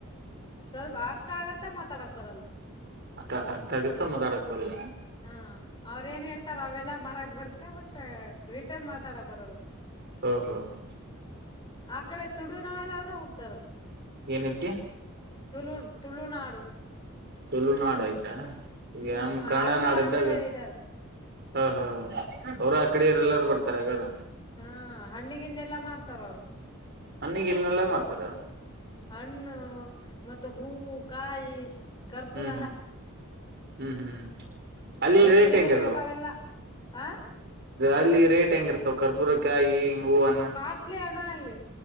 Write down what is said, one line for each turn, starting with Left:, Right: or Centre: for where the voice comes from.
Left: ಸ್ವಲ್ಪ ಅರ್ಥ ಆಗತ್ತೆ ಮಾತಾಡಕ್ತಾರಲ್ಲ
Right: ಅತ್ತ ಅರ್ಥ ಆಗತ್ತ ಮದಾಡಕ್ ಬಲ್ಲ
Left: ಹಾ ಅವ್ರ ಏನ್ ಹೇಳ್ತಾರ ಅವೆಲ್ಲಾ ಮಾಡಕ್ ಬರ್ತ್ತೆ ಮತ್ತೆ ರಿಟರ್ನ್ ಮಾತಾಡಕ್ ಬರಲ್ಲ
Right: ಹ ಹಾ ಹಾ
Left: ಆ ಕಡೆ ತುಡುನಾಡಾರ ಹೋಗ್ತಾರ
Right: ಏನಕೆ
Left: ತುಳು ತುಳುನಾಡು
Right: ತುಳುನಾಡು ಆಯ್ತಾ ಈಗ
Left: ಹ್ಮ್
Right: ನಮ ಕನ್ನಡ
Left: ಅವರು
Right: ನಾಡು
Left: ಆ
Right: ಇದ್ದಾಗ
Left: ಕಡೆ ಇದ್ದಾರ
Right: ಹಾ ಹಾ ಹ ಅವರು ಆ ಕಡೆ ಇರೆಲ್ಲಾರು ಬರ್ತಾರಗಾರ
Left: ಹಾ ಹಣ್ಣಿ ಗಿಂಡಿ ಎಲ್ಲಾ ಮಾರ್ತಾರ ಅವರು
Right: ಅನಗ್ ಇದನ್ನೆಲ್ಲಾ ಮಾಡ್ತಾರ
Left: ಹಣ್ಣು ಮತ್ತೆ ಹೂವು ಕಾಯಿ ಕರ್ಪೂರ
Right: ಹ್ಮ್ ಹ್ಮ್ ಹ್ಮ್ ಹ್ಮ್ ಅಲ್ಲಿ
Left: ದೇವ್ರಿಗೆ
Right: ರೇಟ್
Left: ಏನೇನ್
Right: ಹೆಂಗಿರ್ದಾವ
Left: ಬೇಕ ಅವೆಲ್ಲ ಹ
Right: ಅಲ್ಲಿ ರೇಟ್ ಹೆಂಗ ಇರ್ತವೆ ಕರ್ಪೂರಕಾಯಿ ಹೂವನ್ನ
Left: ಕಾಸ್ಟ್ಲಿ ಹಣ ಅಲ್ಲಿ